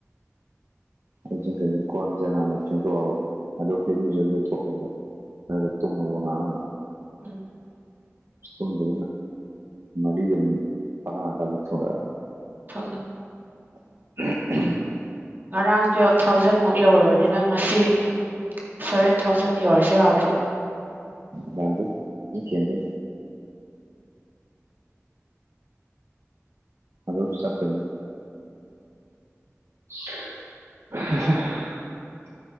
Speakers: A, on the right (about 65°); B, on the right (about 40°).
A: ꯑꯩ ꯀꯣꯟꯁꯦ ꯍꯥꯟꯅ ꯆꯦꯡꯇꯣꯛꯑꯕ ꯑꯗꯨꯣ ꯍꯩꯔꯨꯁꯨ ꯂꯦꯊꯣꯛꯑꯕ ꯃ ꯇꯨꯝ ꯃꯉ
B: ꯎꯝ
A: ꯊꯨꯝꯗ ꯃꯂꯤꯒꯅꯤ ꯐꯔꯗꯗꯤ ꯊ
B: <unintelligible>
A: <inaudible>
B: ꯉꯔꯥꯡ ꯇꯨꯌꯦꯜꯞ ꯊꯥꯎꯖꯟꯃꯨꯛ ꯌꯧꯔꯕꯅꯤ ꯅꯤꯅ ꯉꯁꯤ ꯁꯚꯦꯟ ꯊꯥꯎꯖꯟ ꯌꯧꯔꯁꯨ ꯌꯥꯗ꯭ꯔꯣ
A: ꯅ ꯌꯦꯁꯤ ꯑꯗꯨ ꯑꯗꯨꯗ ꯆꯀ <inaudible>